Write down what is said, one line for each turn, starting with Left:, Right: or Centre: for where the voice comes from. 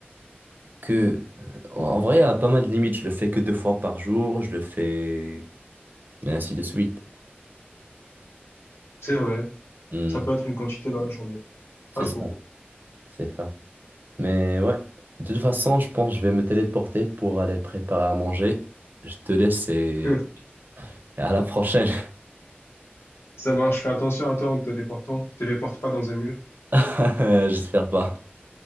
Right: que, euh, en vrai, il y a pas mal de limites. Je le fais que deux fois par jour, je le fais, et ainsi de suite.
Left: C'est vrai,
Right: Hmm,
Left: ça peut être une quantité dans la journée.
Right: c'est
Left: Pas faux.
Right: ça, c'est ça. Mais ouais, de toute façon, je pense que je vais me téléporter pour aller préparer à manger. Je te laisse et
Left: <laughs>
Right: et à la prochaine.
Left: Ça marche, fais attention à toi en te téléportant. Téléporte pas dans un mur.
Right: <laughs> J'espère pas.